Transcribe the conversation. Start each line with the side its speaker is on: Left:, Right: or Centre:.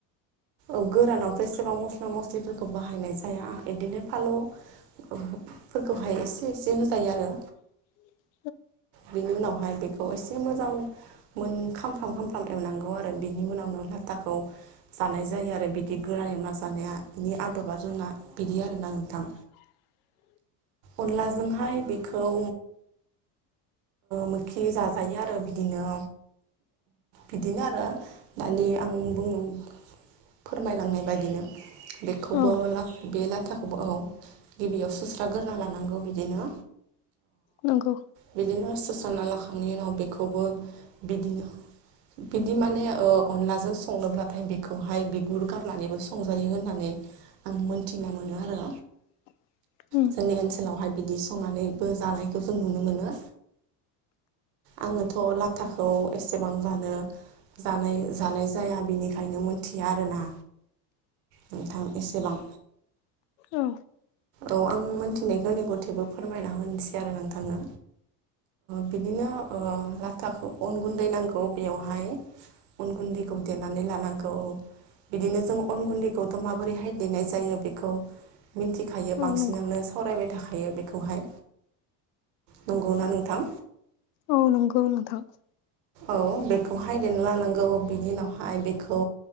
Right: औ गोरानावथ' एसेबां मस्ला मस्लिफोरखौ बाहायनाय जाया बिदिनो फानलु फोरफोरखौहाय एसे एसे होजायो आरो
Left: <inaudible>
Right: बिनि उनावहाय बेखौ एसे मोजां मोनखां खामफ्राम खामफ्राम एवनांगौ आरो बिनि उनावनो लाथाखौ जानाय जायो आरो बिदि गोरान एवना जानाय बिनि आदबा जोंना बिदि आरोना नोंथां
Left: <inaudible> <inaudible>
Right: अनलाजोंहाय बेखौ मोखि जाजायो आरो बिदिनो बिदिनो आरो दानि आं बुङो फोरमायलांनाय बायदिनो बेखौबो
Left: औ
Right: बे लाथाखौबो आ गिबियाव सुस्रा गोरा लानांगौ बिदिनो
Left: नंगौ
Right: बिदिनो सुस्रा लाखांनायनि उनाव बेखौबो बिदिनो
Left: <inaudible>
Right: बिदि माने अनलाजों संनोब्लाथाय बेखौहाय बिगुर गारनानैबो संजायो होननानै आं मोनथिना मोनो आरो
Left: <inaudible> उम
Right: जोंनि ओनसोलावहाय बिदि संनानैबो जानायखौ जों नुनो मोनो आङोथ' लाथाखौ एसेबां जानो जानाय जानाय जाया बेनिखायनो मोनथिया आरोना नोंथां एसेबां
Left: औ
Right: औ आं मोनथिनायखौनि गथेबो फोरमायना होनोसै आरो नोंथांनो बिदिनो ओ लाथाखौ ओ अन गुन्दै नांगौ बेयावहाय अन गुन्दैखौ देनानै लानांगौ औ। बिदिनो जों अन गुन्दैखौथ' माबोरैहाय देनाय जायो बेखौ खायो
Left: औ
Right: बांसिनानो
Left: नंगौ
Right: सावरायबाय थाखायो हायो बेखौहाय नंगौ ना नोंथां।
Left: औ नंगौ नोंथां।
Right: औ बेखौहाय देना लानांगौ बिनि उनावहाय बेखौ